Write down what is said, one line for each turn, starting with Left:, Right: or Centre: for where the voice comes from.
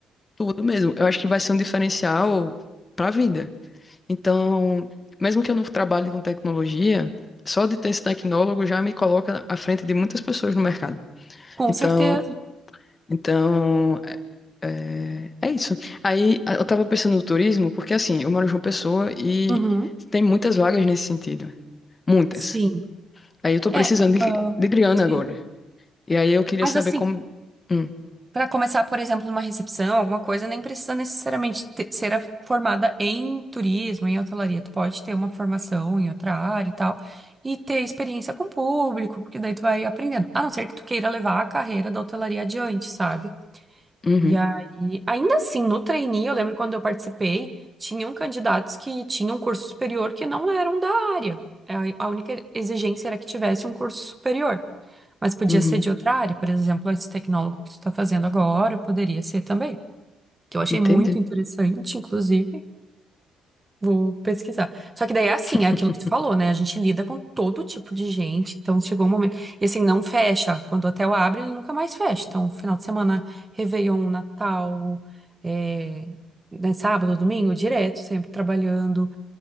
Left: tudo mesmo. Eu acho que vai ser um diferencial para a vida. Então, mesmo que eu não trabalhe com tecnologia, só de ter esse tecnólogo já me coloca à frente de muitas pessoas no mercado.
Right: Com
Left: Então,
Right: certeza.
Left: então É, é isso. Aí a- eu tava pensando no turismo, porque assim, eu moro em João Pessoa e
Right: Uhum.
Left: tem muitas vagas nesse sentido. Muitas.
Right: Sim.
Left: Aí eu tô
Right: É,
Left: precisando de,
Right: ah,
Left: de grana
Right: sim.
Left: agora. E aí eu queria
Right: Mas
Left: saber
Right: assim,
Left: como. Hum,
Right: para começar, por exemplo, numa recepção, alguma coisa, nem precisa necessariamente te- ser a- formada em turismo, em hotelaria. Tu pode ter uma formação em outra área e tal, e ter experiência com o público, porque daí tu vai aprendendo. A não ser que tu queira levar a carreira da hotelaria adiante, sabe?
Left: uhum,
Right: E aí, ainda assim, no trainee, eu lembro quando eu participei, tinham candidatos que tinham um curso superior que não eram da área. A a única exigência era que tivesse um curso superior, mas podia
Left: uhum,
Right: ser de outra área, por exemplo, esse tecnólogo que tu está fazendo agora, poderia ser também, que eu achei
Left: entende?
Right: muito interessante, inclusive. Vou pesquisar. Só que daí é assim,
Left: <laughs>
Right: é aquilo que tu falou, né? A gente lida com todo tipo de gente, então chegou um momento. E assim, não fecha. Quando o hotel abre, ele nunca mais fecha. Então, final de semana, Réveillon, Natal, é, né, sábado, domingo, direto, sempre trabalhando.